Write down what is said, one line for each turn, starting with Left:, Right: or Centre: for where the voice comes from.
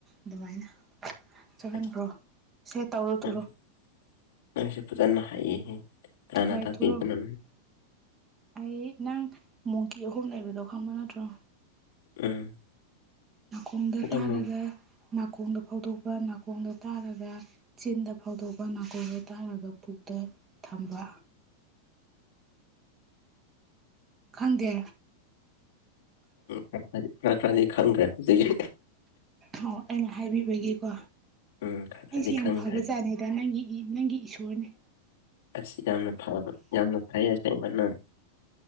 Right: ꯑꯗꯨꯃꯥꯏꯅ ꯆꯪꯍꯟꯈ꯭ꯔꯣ
Left: ꯑꯁ
Right: ꯁꯦ ꯇꯧꯔꯣ
Left: ꯅꯪꯁꯦ
Right: ꯊꯨꯔꯣ
Left: ꯅꯪꯁꯦ ꯐꯖꯅ ꯍꯩꯍꯦ ꯀꯅꯥꯅ
Right: ꯍꯣꯏ
Left: ꯇꯝꯕꯤꯕꯅꯣ
Right: ꯊꯨꯔꯣ ꯑꯩ ꯅꯪ ꯃꯣꯡꯀꯤ ꯑꯍꯨꯝ ꯂꯩꯕꯗꯣ ꯈꯪꯕ ꯅꯠꯇ꯭ꯔꯣ
Left: ꯎꯝ
Right: ꯅꯥꯀꯣꯡꯗ
Left: ꯑꯗꯨꯃꯨꯛ
Right: ꯇꯥꯔꯒ ꯅꯥꯀꯣꯡꯗ ꯐꯥꯎꯗꯣꯛꯄ ꯅꯥꯀꯣꯡꯗ ꯇꯥꯔꯒ ꯆꯤꯟꯗ ꯐꯥꯎꯗꯣꯛꯄ ꯅꯥꯀꯣꯡꯗ ꯇꯥꯔꯒ ꯄꯨꯛꯇ ꯊꯝꯕ ꯈꯪꯗꯦ
Left: ꯈꯪꯗꯦ ꯈꯔ ꯈꯔꯗꯤ ꯈꯪꯈ꯭ꯔꯦ ꯑꯗꯨꯒꯤ
Right: ꯑꯣ ꯑꯩꯅ ꯍꯥꯏꯕꯤꯕꯒꯤꯀꯣ
Left: ꯎꯝ ꯈꯔ ꯈꯔꯗꯤ
Right: ꯑꯩꯁꯦ ꯌꯥꯝ
Left: ꯈꯪꯈ꯭ꯔꯦ
Right: ꯐꯕꯖꯥꯠꯅꯤꯗ ꯅꯪꯒꯤ ꯅꯪꯒꯤ ꯏꯁꯣꯔꯅꯦ
Left: ꯑꯁ ꯌꯥꯝꯅ ꯐ ꯌꯥꯝꯅ ꯐꯩꯌꯦ ꯑꯁꯦꯡꯕ ꯅꯪ